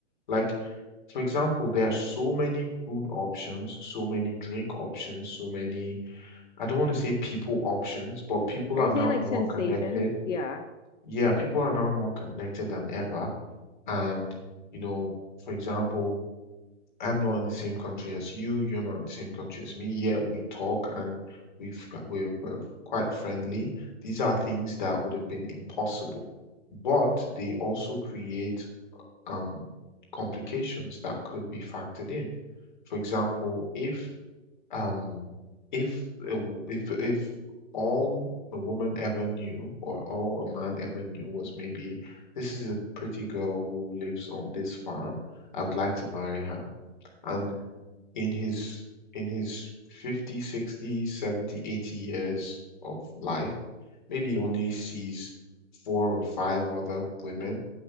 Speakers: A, on the left; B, on the left.
A: Like, for example, there are so many food options, so many drink options, so many, I don't want to say people options, but people
B: Are
A: are
B: you
A: now
B: saying like
A: more
B: sensations?
A: connected.
B: Yeah.
A: Yeah, people are now more connected than ever. And, you know, for example, I'm not in the same country as you. You're not in the same country as me. Yet we talk and we've got, we're, we're quite friendly. These are things that would have been impossible, but they also create um, complications that could be factored in. For example, if um, if a w- if if all a woman ever knew or all a man ever knew was maybe this is a pretty girl who lives on this farm. I would like to marry her. And in his in his 50, 60, 70, 80 years of life, maybe he only sees four or five other women,